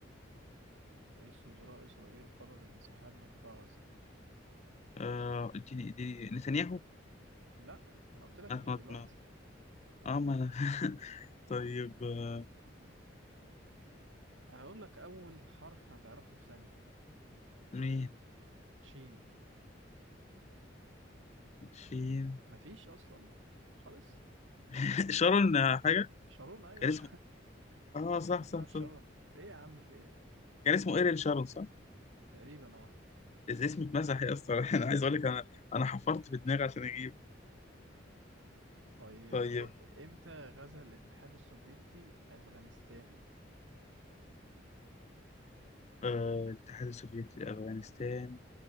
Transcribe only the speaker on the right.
رئيس وزراء إسرائيل قرر الانسحاب من قطاع غزة
لا ما أنا قلت لك
مش
دلوقتي
هقول لك أول حرف هتعرفه في ثانية
شين
مفيش أصلا خالص
شارون أيوه
<laughs>
يا
شارون إيه يا عم في إيه
تقريبا أه
طيب
إ- إمتى غزا الاتحاد السوفيتي أفغانستان؟